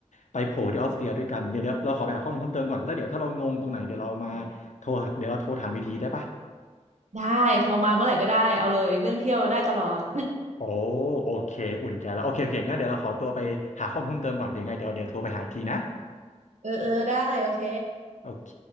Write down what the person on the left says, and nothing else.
ไปโผล่ที่ออสเตรียด้วยกันเดี๋ยวเดี๋ยวเราขอไปหาข้อมูลเพิ่มเติมก่อนแล้วเดี๋ยวถ้าเรางงตรงไหนเดี๋ยวเรามาโทรเดี๋ยวเราโทรถามอีกทีได้ปะ
โอ้โอเคอุ่นใจแล้วโอเคโอเคงั้นเดี๋ยวเราขอตัวไปหาข้อมูลเพิ่มเติมก่อนเดี๋ยวังไงเดี๋ยวเดี๋ยวโทรไปหาอีกทีนะ
โอเค